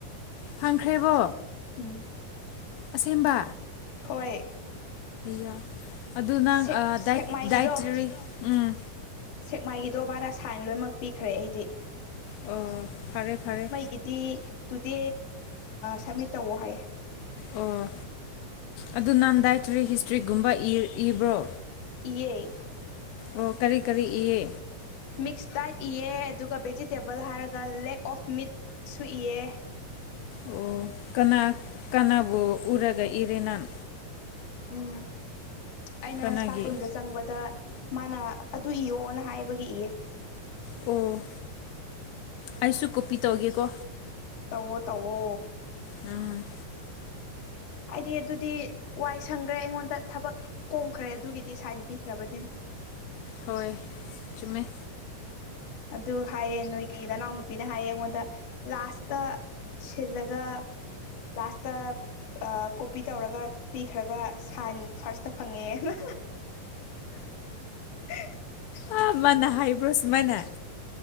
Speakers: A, on the left; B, on the left.
A: ꯐꯪꯈ꯭ꯔꯦꯕꯣ
B: ꯎꯝ
A: ꯑꯁꯦꯡꯕ
B: ꯍꯣꯏ
A: ꯌꯣ ꯑꯗꯨ ꯅꯪ
B: ꯁꯦꯛ ꯁꯦꯛꯃꯥꯏꯒꯤꯗꯣ
A: ꯗꯥꯏꯇꯔꯤ ꯎꯝ
B: ꯁꯦꯛꯃꯥꯏꯒꯤꯗꯣ ꯕꯥꯅ ꯁꯥꯏꯟ ꯂꯣꯏꯅꯃꯛ ꯄꯤꯈ꯭ꯔꯦ ꯑꯩꯗꯤ
A: ꯑꯣ ꯐꯔꯦ ꯐꯔꯦ
B: ꯒꯤꯗꯤ ꯇꯨꯗꯦ ꯁꯞꯃꯤꯠ ꯇꯧꯑꯣ ꯍꯥꯏ
A: ꯑꯣ ꯑꯗꯨ ꯅꯥꯟꯗꯥꯏꯇꯔꯤ ꯍꯤꯁꯇ꯭ꯔꯤꯒꯨꯝꯕ ꯏꯕ꯭ꯔꯣ
B: ꯑꯦꯏ
A: ꯑꯣ ꯀꯔꯤ ꯀꯔꯤ ꯏꯌꯦ
B: ꯃꯤꯛꯁ ꯗꯥꯏꯠ ꯏꯌꯦ ꯑꯗꯨꯒ ꯚꯦꯖꯤꯇꯦꯕꯜ ꯍꯥꯏꯔꯒ ꯂꯦꯛ ꯑꯣꯐ ꯃꯤꯠꯁꯨ ꯏꯌꯦ
A: ꯑꯣ ꯀꯅꯥ ꯀꯅꯥꯕꯨ ꯎꯔꯒ ꯏꯔꯦꯅꯥꯥꯟ
B: ꯎꯝ ꯑꯩꯅ
A: ꯀꯅꯥꯒꯤ
B: ꯏꯁꯇꯥꯐ ꯔꯨꯝꯗ ꯆꯪꯕꯗ ꯃꯥꯅ ꯑꯗꯨ ꯏꯌꯣꯅ ꯍꯥꯏꯕꯒꯤ ꯏꯌꯦ
A: ꯑꯣ ꯑꯩꯁꯨ ꯀꯣꯄꯤ ꯇꯧꯒꯦꯀꯣ
B: ꯇꯧꯋꯣ ꯇꯧꯋꯣ
A: ꯎꯝ
B: ꯍꯥꯏꯗꯤ ꯑꯗꯨꯗꯤ ꯋꯥꯏ ꯁꯪꯈ꯭ꯔꯦ ꯑꯩꯉꯣꯟꯗ ꯊꯕꯛ ꯀꯣꯝꯈ꯭ꯔꯦ ꯑꯗꯨꯒꯤꯗꯤ ꯁꯨꯃꯥꯏꯟ ꯄꯤꯈ꯭ꯔꯕꯅꯤꯅ
A: ꯍꯣꯏ ꯆꯨꯝꯃꯦ
B: ꯑꯗꯨ ꯍꯥꯏꯌꯦꯦ ꯅꯣꯏꯒꯤ ꯅꯅꯥꯎꯅꯨꯄꯤꯅ ꯍꯥꯏꯌꯦ ꯑꯩꯉꯣꯟꯗ ꯂꯥꯁꯇ ꯁꯤꯜꯂꯒ ꯂꯥꯁꯇ ꯀꯣꯄꯤ ꯇꯧꯔꯒ ꯄꯤꯈ꯭ꯔꯒ ꯁꯥꯏꯟ ꯐꯥꯔꯁꯇ ꯐꯪꯉꯦꯅ <unintelligible>
A: ꯍꯥ ꯃꯥꯟꯅ ꯍꯥꯏꯕ꯭ꯔꯣꯁꯨ ꯃꯥꯏꯅ